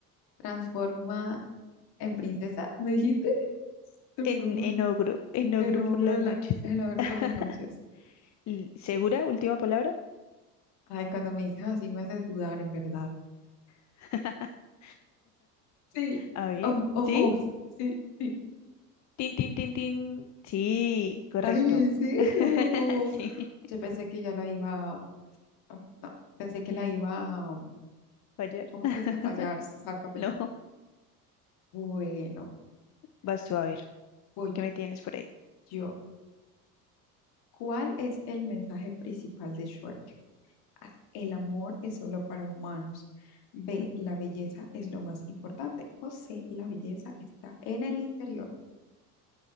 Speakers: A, on the left; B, on the left.
A: transforma en princesa, ¿me dijiste? Se transforma
B: En, en ogro, en ogro
A: en ogro,
B: por las
A: en
B: noches.
A: la- en ogro
B: <laughs>
A: por las noches.
B: L- ¿Segura? Última palabra.
A: Ay, cuando me dices así me haces dudar, en verdad.
B: <laughs>
A: Sí.
B: A ver.
A: Oh, oh,
B: ¿Sí?
A: oh, Sí, sí.
B: Tin, tin, tin, tin. Sí, correcto.
A: Ay, ¿en serio?
B: <laughs> Sí,
A: Yo pensé que ya la iba, a- no, pensé que la iba, a-
B: fallar.
A: ¿cómo
B: <laughs>
A: es que es? A fallar, exactamente.
B: No,
A: Bueno,
B: vas tú a ver.
A: voy
B: ¿Qué me tienes por ahí?
A: yo. ¿Cuál es el mensaje principal de Shrek? A, El amor es solo para humanos. B,
B: Ujú.
A: la belleza es lo más importante. O C, la belleza está en el interior.